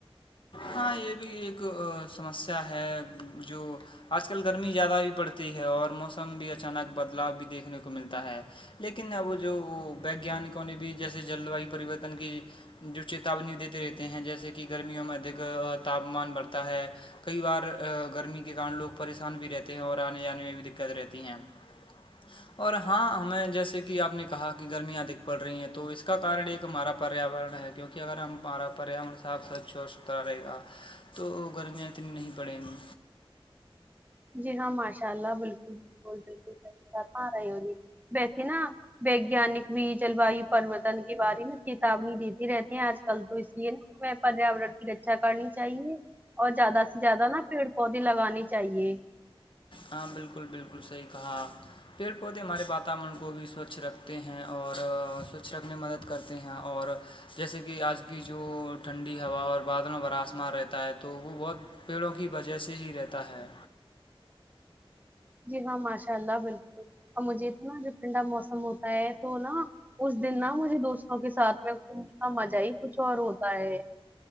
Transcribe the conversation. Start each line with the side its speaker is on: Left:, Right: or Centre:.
Left: ہاں یہ بھی ایک سمسیا ہے جو آج کل گرمی زیادہ بھی پڑتی ہے اور موسم بھی اچانک بدلاؤ بھی دیکھنے کو ملتا ہے لیکن اب جو ویگانکوں نے بھی جیسے جل وایو پریورتن کی جو چیتاونی دیتے رہتے ہیں جیسے کہ گرمیوں میں د تاپمان بڑھتا ہے کئی بار گرمی کے کارن لوگ پریشان بھی رہتے ہیں اور آنے جانے میں بھی دقت رہتی ہیں <inaudible> اور ہاں ہمیں جیسے کہ آپ نے کہا کہ گرمیاں ادک بڑھ رہی ہیں تو اس کا کارن ایک ہمارا پریاورن ہے کیونکہ کہ اگر ہمارا پریاورن صاف سوچ اترا رہے گا تو گرمیاں اتنی نہیں پڑیں گی
Right: جی ہاں ماشاء اللہ بالکل بلکل صحیح فرما رہے ہو جی ویسیے نا ویگیانک بھی جلواہی پر وطن کے باری میں چیتونی دی تھی آج کل تو اس لیے نا میں پریاورن کی رکھشا کرنی چاہیے اور زیادہ سے زیادہ نا پیڑ پودے لگانی چاہیے
Left: ہاں بالکل بالکل صحیح کہا پیڑ پودے ہمارے واتاورن کو بھی سوچ رکھتے ہیں اور سوچ رکھنے میں مدد کرتے ہیں اور جیسے کہ آج کی جو ٹھنڈی ہوا اور بادل و بھرا آسمان رہتا ہے تو وہ بہت پیڑوں کی وجہ سے ہی رہتا ہے
Right: جی ہاں ماشاء اللہ بالکل اور مجھے اتنا جو ٹھنڈا موسم ہوتا ہے تو نا اس دن نہ مجھے دوستوں کے ساتھ میں گھومنا مزہ ہی کچھ اور ہوتا ہے